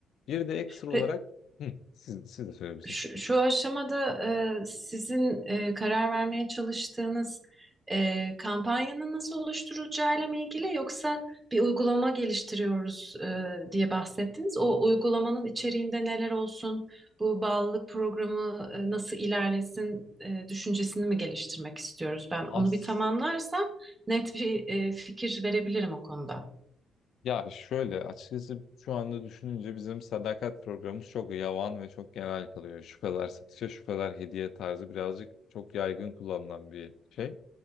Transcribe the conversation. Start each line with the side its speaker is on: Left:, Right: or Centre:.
Left: Bir de ekstra
Right: Pe-
Left: olarak hı, siz, siz de söyleyebilirsiniz.
Right: Şu, şu aşamada e, sizin e, karar vermeye çalıştığınız e, kampanyanın nasıl oluşturulacağıyla mı ilgili yoksa bir uygulama geliştiriyoruz e, diye bahsettiniz. O uygulamanın içeriğinde neler olsun, bu bağlılık programı e, nasıl ilerlesin e, düşüncesini mi geliştirmek istiyoruz? Ben
Left: As
Right: onu bir tamamlarsam net bir e, fikir verebilirim o konuda.
Left: ya şöyle açıkçası şu anda düşününce bizim sadakat programımız çok yavan ve çok genel kalıyor. Şu kadar satışa, şu kadar hediye tarzı birazcık çok yaygın kullanılan bir şey.